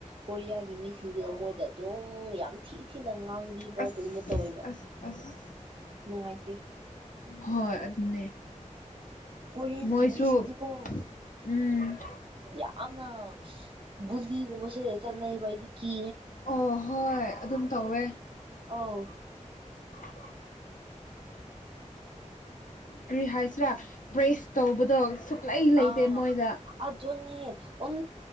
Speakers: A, on the right (about 40°); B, on the left (about 80°).
A: ꯀꯣꯔꯤꯌꯥꯒꯤ ꯃꯤꯁꯤꯡꯗꯨꯗ ꯃꯣꯏꯗ ꯑꯗꯨꯝ ꯌꯥꯝ ꯊꯤ ꯊꯤꯅ ꯉꯥꯡꯕꯤꯕ
B: ꯑꯁ
A: ꯑꯗꯨꯕ ꯇꯧꯋꯦꯕ
B: ꯑꯁ ꯑꯁ
A: ꯅꯨꯡꯉꯥꯏꯇꯦ
B: ꯍꯣꯏ ꯑꯗꯨꯅꯦ
A: ꯀꯣꯔꯤꯌꯟꯒꯤ
B: ꯃꯣꯏꯁꯨ
A: ꯃꯤꯁꯤꯡꯗꯤꯀꯣ
B: ꯎꯝ
A: ꯌꯥꯝꯅ ꯕꯨꯂꯤꯒꯨꯝ ꯃꯁꯦ ꯆꯥꯟ ꯥꯏꯗꯤ ꯀ
B: ꯑꯣ ꯍꯣꯏ ꯑꯗꯨꯝ ꯇꯧꯋꯦ
A: ꯑꯥꯎ
B: ꯎꯝ ꯀꯔꯤ ꯍꯥꯏꯁꯤꯔꯥ ꯄ꯭ꯔꯦꯁ ꯇꯧꯕꯗꯣ ꯁꯨꯛꯂꯩ ꯂꯩꯇꯦ
A: ꯑ
B: ꯃꯣꯏꯗ
A: ꯑ ꯑꯗꯨꯅꯦ ꯑꯣꯟ